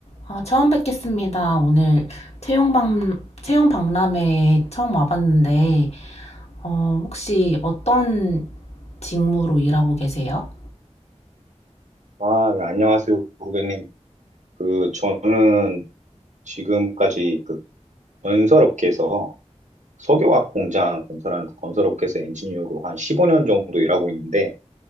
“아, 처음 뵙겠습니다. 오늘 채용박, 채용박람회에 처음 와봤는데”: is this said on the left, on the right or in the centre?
Left